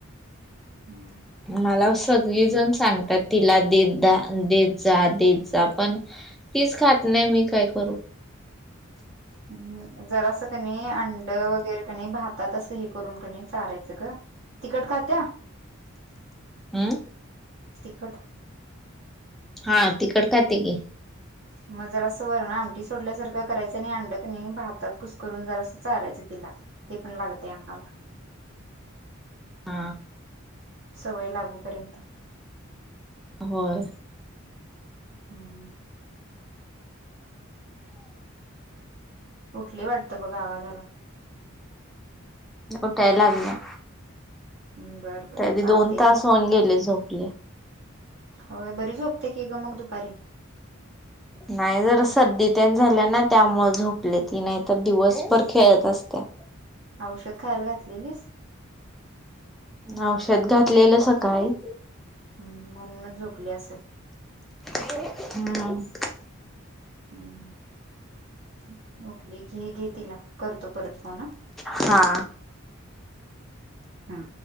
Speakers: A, on the right; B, in the centre.
A: हम्म
B: मला सगळीजण सांगतात तिला देत जा, देत जा पण तीच खात नाही मी काय करू
A: हम् जरा असं कणी अंड वगैरे कनी भातात असं हे करून कणी चारायचं ग तिखट खात्या
B: हम्म
A: तिखट
B: हा तिखट खाते की
A: मग जर असं वरण आमटी सोडल्यासारखं करायचं आणि अंडक नाही भातात कुस करून जरा असं चारायचं तिला ते पण लागतेय अंगाला
B: ह
A: सवय लागूपर्यंत
B: होय
A: हम्म ऊठली वाटतं बघ आवाज आला
B: उठाय लागली
A: बरं, बर
B: तरी
A: चालतंय
B: दोन तास
A: घे
B: होऊन गेले झोपून
A: होय बरी झोपते की ग मग दुपारी
B: नाही जर सर्दीत झाल्या ना त्यामुळे झोपले ती नाही तर दिवसभर खेळत असते
A: औषध खायला घातलेलीस
B: औषध घातलेलं सकाळी
A: म्हणूनच झोपली असेल
B: हम
A: हम्म उठली घे, घे तिला करतो परत फोन ह
B: हा
A: हा.